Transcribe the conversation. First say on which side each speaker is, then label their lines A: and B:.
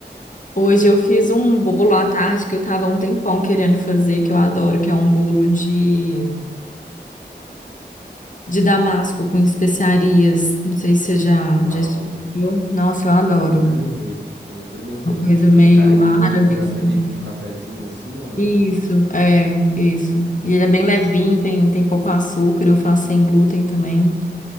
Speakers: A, on the left; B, on the right.
A: Hoje eu fiz um bolo à tarde que eu tava há um tempão querendo fazer, que eu adoro, que é um bolo de, de damasco com especiarias. Não sei se você já,
B: Uau!
A: já experimentou. Nossa, eu adoro.
B: Não experimentei, não experimentei.
A: Uma coisa meio
B: Tem cara de
A: árabe.
B: bolo pra
A: assim.
B: servir com um cafezinho assim ou não?
A: Isso, é, isso.
B: Nossa.
A: E ele é bem levinho, tem, tem pouco açúcar, eu faço sem glúten também.